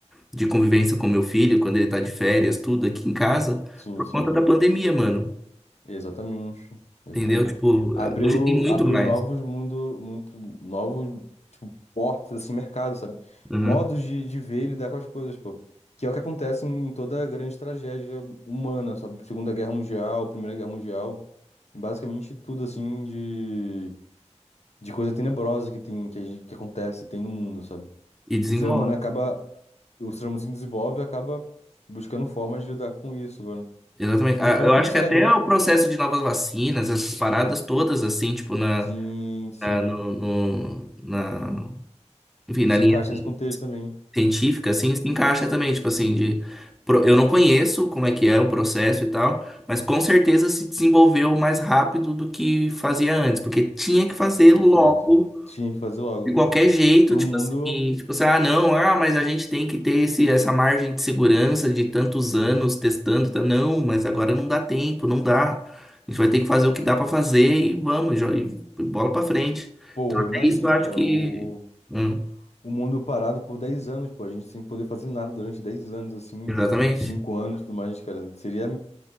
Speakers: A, in the centre; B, on the left.
A: de convivência com meu filho, quando ele tá de férias, tudo aqui em casa,
B: Sim,
A: por
B: sim.
A: conta da pandemia, mano.
B: Exatamente, exatamente.
A: Entendeu? Tipo,
B: Abriu,
A: eh, hoje tem muito
B: abriu
A: mais.
B: novos mundo, muito novos, tipo, portas, assim, mercado, sabe?
A: Uhum.
B: Modos de, de ver e lidar com as coisas, pô. Que é o que acontece em, em toda grande tragédia humana, sabe? Segunda Guerra Mundial, Primeira Guerra Mundial, e basicamente tudo, assim, de, de coisa tenebrosa que tem, que, a gente- que acontece, tem no mundo, sabe?
A: E desenvolve.
B: O ser humano acaba, o ser humano se desenvolve e acaba buscando formas de lidar com isso, velho.
A: Exatamente.
B: No
A: Ah,
B: final
A: Eu
B: consegue,
A: acho que até
B: né?
A: o processo de novas vacinas, essas paradas todas, assim, tipo, na,
B: Sim, sim.
A: na, no, no- na, enfim, na
B: Se
A: linha.
B: encaixa
A: assim,
B: nesse contexto também.
A: científica, assim, se encaixa também, tipo assim, de pro- eu não conheço como é que é o processo e tal, mas com certeza se desenvolveu mais rápido do que fazia antes, porque tinha que fazer
B: Perfeito.
A: logo
B: Tinha que fazer logo.
A: de qualquer jeito,
B: Pro
A: tipo
B: mundo,
A: assim, tipo assim, ah, não, ah, mas a gente tem que ter esse, essa margem de segurança de tantos anos testando, tá? Não, mas agora não dá tempo, não dá. A gente vai ter que fazer o que dá pra fazer e vamos, jo- e bola pra frente.
B: pô,
A: Então,
B: imagina,
A: é isso, eu acho
B: cara,
A: que.
B: o,
A: Hum,
B: o mundo parado por 10 anos, pô, a gente sem poder fazer nada durante 10 anos, assim,
A: exatamente.
B: 5 anos e tudo mais, cara. Seria